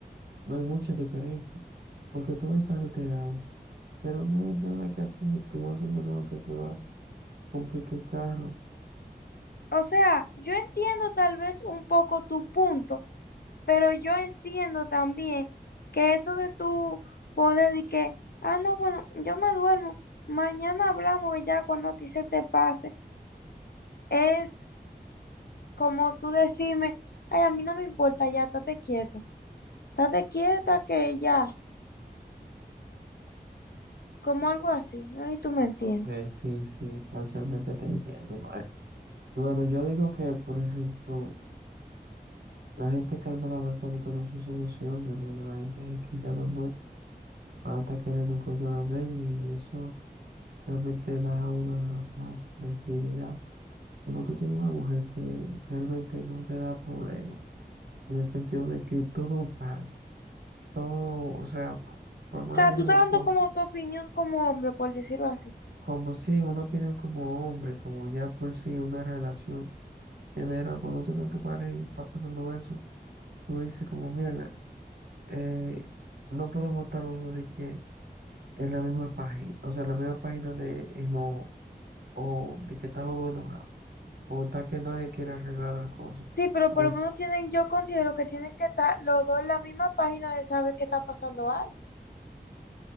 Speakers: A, on the right; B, on the left.
A: No hay mucha diferencia, porque tú vas a estar alterado, pero no hay nada que hacer, tú vas a hacer lo que te va a complicar el carro.
B: O sea, yo entiendo tal vez un poco tu punto, pero yo entiendo también que eso de tu poder y que, ah, no, bueno, yo me duermo, mañana hablamos y ya cuando a ti se te pase, es como tú decirme, ay, a mí no me importa, ya, estate quieta, estate quieta que ya, como algo así, ¿no? Y tú me entiendes.
A: Aunque sí, sí, parcialmente te entiendo, mae. Bueno, yo digo que, por ejemplo, la gente calmada va a estar buscando su solución, pero la gente que ya no, no va a estar queriendo que otro lo arregle y eso realmente da una más tranquilidad. Como tú tienes una mujer que realmente no te da problemas, en el sentido de que todo pasa. todo, o sea, por más
B: O sea,
A: mínima
B: tú estás dando
A: cosa,
B: como tu opinión como hombre, por decirlo así.
A: como si una opinión como hombre, como ya por si una relación genera, cuando tú tienes tu pareja y va pasando eso, tú dices como, mierda, eh, no podemos estar los dos de que es la misma página, o sea, la misma página de enojo, o de que están los dos enojados, o está que nadie quiere arreglar las cosas,
B: Sí, pero
A: o
B: por lo menos tienen, yo considero que tienen que estar los dos en la misma página de saber qué está pasando algo.